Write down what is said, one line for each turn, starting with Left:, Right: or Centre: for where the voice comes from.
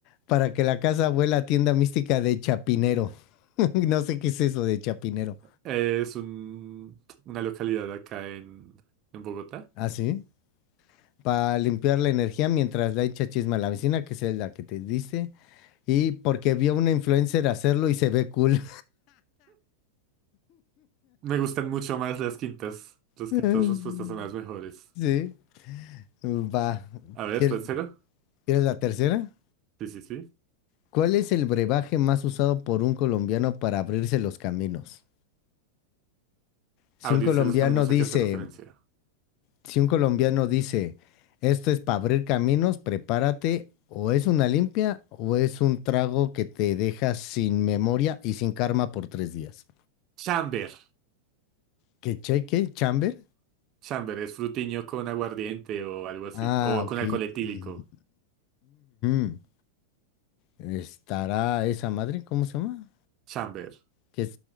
Left: para que la casa vuela tienda mística de Chapinero. <laughs> No sé qué es eso de Chapinero.
Right: Es un, una localidad acá en, en Bogotá.
Left: ¿Ah, sí? Para limpiar la energía mientras la echa chisma a la vecina, que es la que te dice. Y porque vio a una influencer hacerlo y se ve cool.
Right: Me gustan mucho más las quintas. Las
Left: <laughs>
Right: quintas respuestas son las mejores.
Left: Sí, va.
Right: A ver,
Left: ¿Quier-
Right: tercero.
Left: ¿Quieres la tercera?
Right: Sí, sí, sí.
Left: ¿Cuál es el brebaje más usado por un colombiano para abrirse los caminos? Si
Right: Abrirse
Left: un colombiano
Right: los caminos
Left: dice
Right: a que hace referencia.
Left: si un colombiano dice, esto es para abrir caminos, prepárate, o es una limpia o es un trago que te deja sin memoria y sin karma por tres días.
Right: Chamber.
Left: ¿Qué cheque? ¿Chamber?
Right: Chamber es frutiño con aguardiente o algo así.
Left: Ah,
Right: O con
Left: ok.
Right: alcohol etílico.
Left: Mm, mm, ujú. ¿Estará esa madre? ¿Cómo se llama?
Right: Chamber.
Left: ¿Qué es